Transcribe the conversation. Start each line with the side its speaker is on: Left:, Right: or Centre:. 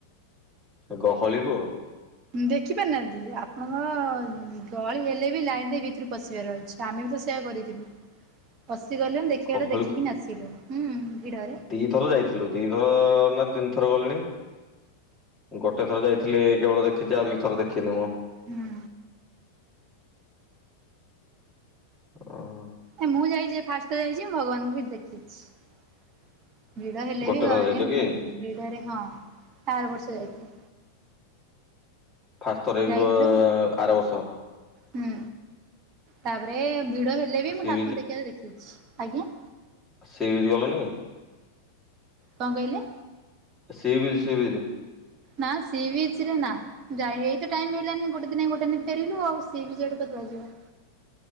Centre: ଏ ଗହଳି କୁ।
Right: ଦେଖି ପାରୁନାହାନ୍ତିି ଆପଣ। ହଁ ଗହଳି ହେଲେ ବି ଲାଇନ ରେ ଭିତରୁ ପଶିବାର ଅଛି ଆମେ ବି ତ ସେୟା କରିଥିଲୁ। ପସିଗଲୁ ଦେଖିବାରେ
Centre: ଗହଳିକୁ
Right: ଦେଖିକିନା ଆସିଲୁ ହୁଁ। ଭିଡରେ
Centre: ଦିଥର ଯାଇଥିଲୁ ଦିଥର ନା ତିନ ଥର ଗଲିଣି ଗୋଟେ ଥର ଯାଇଥିଲି କେବଳ ଦେଖିଛି ଆଉ ଦିଥର ଦେଖିନି ମୁଁ।
Right: ହୁଁ।
Centre: ମୁଁ।
Right: ଏ ମୁଁ ଯାଇଛି ଫାଷ୍ଟ ତ ଯାଇଛି ଭଗବାନଙ୍କୁ ବି ଦେଖିଛି। ଭିଡ ହେଲେ
Centre: ଗୋଟେ
Right: ବି
Centre: ଥର
Right: ଗ
Centre: ଯାଇଛ
Right: ଯାଇଁ ଉମ
Centre: କି?
Right: ଭିଡରେ ହଁ ଆର ବର୍ଷ ଯାଇଥିଲି।
Centre: ଫାଷ୍ଟ ଥର ଇବ
Right: ଯାଇଥିଲୁ
Centre: ଆର ବର୍ଷ।
Right: ହୁଁ ତାପରେ ଭିଡ ହେଲେ ବି
Centre: ସି
Right: ମୁଁ ଠାକୁରଙ୍କୁ ଦେଖିବାର ଦେଖିଛି ଆଜ୍ଞା।
Centre: ଆଉ ସି ବିଚ ଗଲନି।
Right: କଣ କହିଲେ?
Centre: ସି ବିଚ୍ ସି ବିଚି।
Right: ନା ସି ବିଚରେ ନା ଯାଇନି ଏଇ ତ ଟାଇମ ହେଲାନି ଗୋଟେ ଦିନ ରେ ଯାଇ ଗୋଟେ ଦିନ ରେ ଫେରିଲୁ ଆଉ ସି ବିଚ୍ ଆଡେ କୁ ଆଡେ ଯିବା।